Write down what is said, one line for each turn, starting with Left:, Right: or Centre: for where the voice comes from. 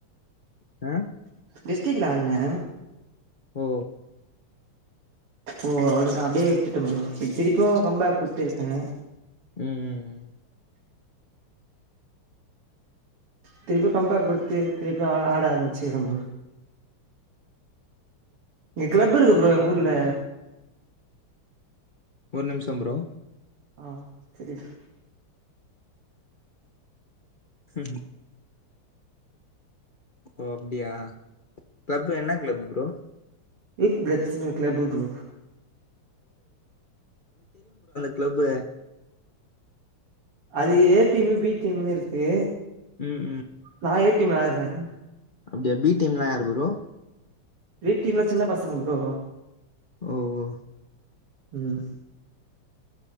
Left: அ
Right: டிஸ்ட்ரிக்ல ஆட்ன
Left: ஓ
Right: ஓ அவ்ளோதா அப்டே விட்டுட்ட ப்ரோ திருப்யு கம்பேக் குத்துருக்கே
Left: ம் ம், ம்.
Right: திருப்யு கம்பேக் கொடுத்து திருப்பி ஆ ஆட ஆரம்பிச்சுக்ற ப்ரோ இங் க்ளப் இருக்கு ப்ரோ எங் ஊர்ல
Left: ஒரு நிம்ஷோ ப்ரோ
Right: அ செரி <inaudible>
Left: உ ம் ஓ அப்டியா க்ளப்பு என்ன கிளப் ப்ரோ
Right: இட் ப்ளட்ஸுனு க்ளப்பு ப்ரோ
Left: க்ளப்பு
Right: அது ஏ டீமு பி டீம்ன்னு இருக்கு
Left: ம்
Right: நா ஏ டீம்ல ஆட்றே <inaudible>
Left: அப்டியா பி டீம் ல்லா யாரு ப்ரோ
Right: பீ டீம்ல சின்ன பசங்க ப்ரோ
Left: ஒ ஒ
Right: ம்